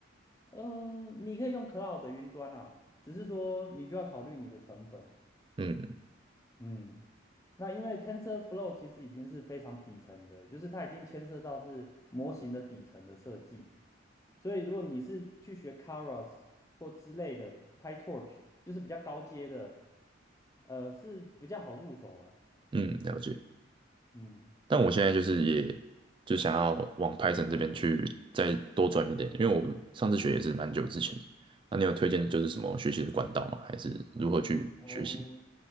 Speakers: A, on the left (about 15°); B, on the right (about 25°).
A: 嗯、你可以用 Cloud 的云端啊，只是说你就要考虑你的成本。
B: 嗯，
A: 嗯，那因为 TensorFlow 其实已经是非常底层的，就是它已经牵涉到是模型的底层的设计。所以如果你是去学 k a r a s 或之类的 PyTorch，就是比较高阶的，呃，是比较好入手啦。
B: 嗯，了解。
A: 嗯，
B: 但我现在就是也就想要往 Python 这边去再多转一点，因为我上次学也是蛮久之前的。那你有推荐就是什么学习的管道吗？还是如何去学习？
A: 哦，